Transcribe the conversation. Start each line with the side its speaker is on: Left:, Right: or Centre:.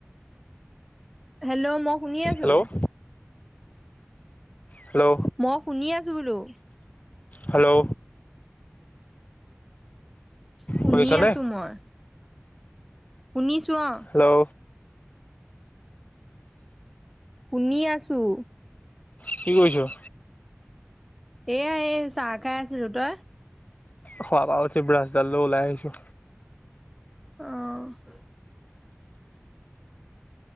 Centre: হেল্ল' মই শুনি আছো।
Left: Hello hello.
Centre: মই শুনি আছো বোলো
Left: হেল্ল'।
Centre: শুনি
Left: শুনিছনে
Centre: আছো মই। শুনিছোঁ অ।
Left: হেল্ল'।
Centre: শুনি আছোঁ।
Left: কি কৰিছ?
Centre: এয়া এই চাহ খাই আছিলোঁ। তই?
Left: খোৱা বাৰু, ব্ৰাছডাল লৈ ওলাই আহিছোঁ।
Centre: অ।